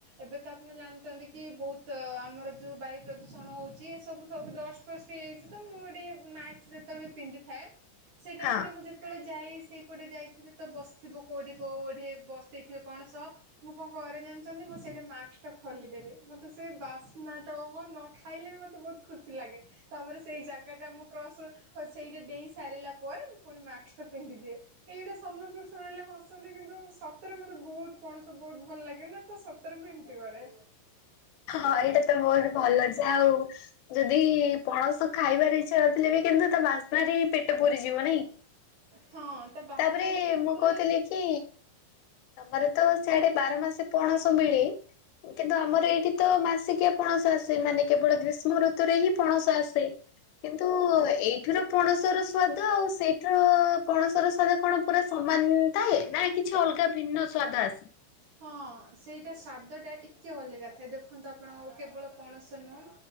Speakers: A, on the right; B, on the left.
A: ଏବେ ତ ଆପଣ ଜାଣି ଛନ୍ତି ବହୁତ ଆମର ଯୋଉ ବାୟୁ ପ୍ରଦୂଷଣ ହଉଛି ଏ ସବୁ ସବୁ ଡଷ୍ଟ ଫଷ୍ଟ ହେଇଯାଇଛି ତ ମୁଁ ଏଠି କେବେ ମାସ୍କ ଯେତେ ବେଳେ ବି ପିନ୍ଧିଥାଏ ସେ ଟାଇ
B: ହଁ।
A: ମୁଁ ଯେତବେଳେ ଯାଇ ସେଇପଟେ ଯାଇଥିବେ ତ ବସିଥିବ କୋଉଠି କୋଉଠି ବସେଇଥିବେ ପଣସ କଣ ସହ ମୁଁ କଣ ଘରେ ଜାଣିଛନ୍ତି? ମୁଁ ସେଟା ମାସ୍କ ଟା ଖୋଲିଦେବି ମୋତେ ସେ ବାସ୍ନାଟା ନ ଖାଇଲେ ବି ମୋତେ ବହୁତ ଖୁସି ଲାଗେ। ତାପରେ ସେଇ ଜାଗା ଟା ମୁଁ କ୍ରସ କରୁଛି। ସେଇଟା ଡେଇ ସାରିଲା ପରେ ମୁଁ ପୁଣି ମାସ୍କ ଟା ପିନ୍ଧି ଦିଏ ଏଇଟା ସମସ୍ତେ ଶୁଣିଲେ ହସନ୍ତି। କିନ୍ତୁ ସତରେ ମତେ ବହୁତ ପଣସ ବହୁତ ଭଲ ଲାଗେ ନା ତ ସତରେ ମୁଁ ଏମିତି କରେ।
B: ହଁ ଏଇଟା ତ ବହୁତ ଭଲ। ଯାଉ ଯଦି ପଣସ ଖାଇବାର ଇଚ୍ଛା ନଥିଲେ ବି କିନ୍ତୁ ତା ବାସ୍ନା ପେଟ ପୁରିଯିବ ନାଇଁ।
A: ହଁ ତା ବାସ୍ନାଟା
B: ତାପରେ
A: ହିଁ
B: ମୁଁ
A: ପୁରା
B: କହୁଥିଲି କି ତମର ତ ସିଆଡେ ବାର ମାସ ପଣସ ମିଳି କିନ୍ତୁ ଆମର
A: ହଁ
B: ଏଇଠି ତ ମାସିକିଆ ପଣସ ଆସେ ମାନେ କେବଳ ଗ୍ରୀଷ୍ମ ଋତୁ ରେ ହିଁ ପଣସ ଆସେ କିନ୍ତୁ
A: ଆଚ୍ଛା
B: ଏଇଠିର ପଣସର ସ ସ୍ଵାଦ ଆଉ ସେଇଠିର ପଣସର ସ୍ଵାଦ କଣ ପୁରା ସମାନ ଥାଏ ନା କିଛି ଅଲଗା ଭିନ୍ନ ସ୍ଵାଦ ଆସେ?
A: ହଁ ସେଇ ସ୍ଵାଦ ଟା ଟିକେ ଅଲଗା ଥାଏ ଦେଖନ୍ତୁ ଆପଣ କେବଳ ପଣସ ନୁହେଁ